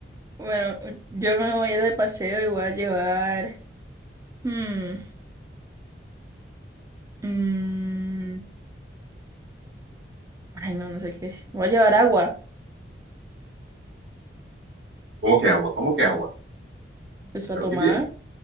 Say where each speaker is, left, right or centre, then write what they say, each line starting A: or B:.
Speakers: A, on the right; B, on the right.
A: bueno, yo me voy de paseo y voy a llevar... hmm, mm, ay, no, no sé qué es. Voy a llevar agua,
B: ¿Cómo que agua? ¿Cómo que agua?
A: pues para
B: Pero
A: tomar
B: qué bien.